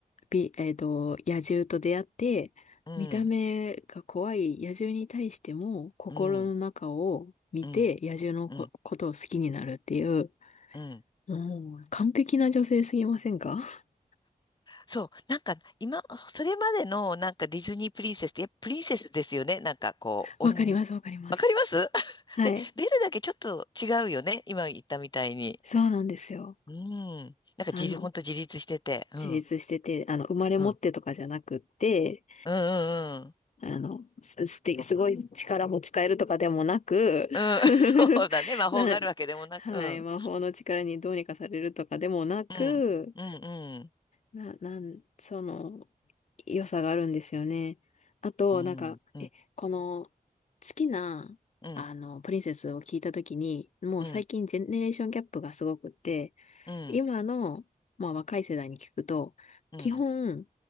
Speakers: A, on the left; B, on the left.
A: び、えっと、野獣と出会って、
B: うん。
A: 見た目が怖い野獣に対しても心の中を見て野獣のこ、
B: うん、うん、うん、
A: ことを好きになるっていう、
B: うん。
A: もう完璧な女性すぎませんか <laughs>
B: そう、なんか今、それまでのなんかディズニープリンセスって、やっぱプリンセスですよね。なんかこう、
A: わかります、
B: おん、
A: わかります。
B: わかります <laughs>
A: はい。
B: で、ベルだけちょっと違うよね。今言ったみたいに。
A: そうなんですよ。
B: うん。なんか自立、
A: あの、
B: ほんと自立してて。うん、
A: 自立してて、あの、生まれ持ってとかじゃなくって、
B: うん、うん、うん、うん。
A: あの、す、すて、すごい力も使えるとかでもなく、
B: うん、
A: <laughs>
B: <laughs> そうだね。魔法があるわけでもなく。
A: な、はい、
B: うん、
A: 魔法の力にどうにかされるとかでもなく、
B: うん、うんうん、
A: な、なん、その、良さがあるんですよね。あと、
B: うん、
A: なんか、
B: うん、
A: え、この、好きな、
B: うん、
A: あの、プリンセスを聞いたときに、もう最近ジェネレーションギャップがすごくって、
B: うん、うん、うん、
A: 今の、まあ若い世代に聞くと、
B: うん、
A: 基本、